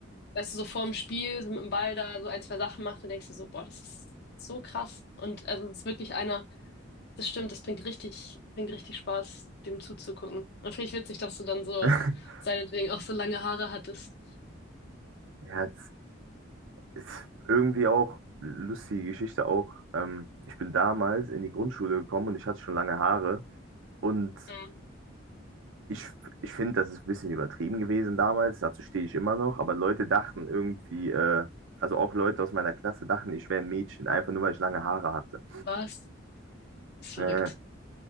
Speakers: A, on the left; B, on the right.
A: weißt du, so vorm Spiel, so mit dem Ball da so ein, zwei Sachen macht, dann denkst du so, boah, das ist so krass. Und also es ist wirklich einer, das stimmt, das bringt richtig, bringt richtig Spaß, dem zuzugucken. Und finde ich witzig, dass du dann so
B: <laughs>
A: seinetwegen auch so lange Haare hattest.
B: Ja, ist irgendwie auch lustige Geschichte auch. Ähm, ich bin damals in die Grundschule gekommen und ich hatte schon lange Haare. Und
A: Ja.
B: ich, ich finde, das ist ein bisschen übertrieben gewesen damals. Dazu stehe ich immer noch. Aber Leute dachten irgendwie, äh, also auch Leute aus meiner Klasse dachten, ich wäre ein Mädchen, einfach nur weil ich lange Haare hatte.
A: Was? Das ist verrückt.
B: Äh,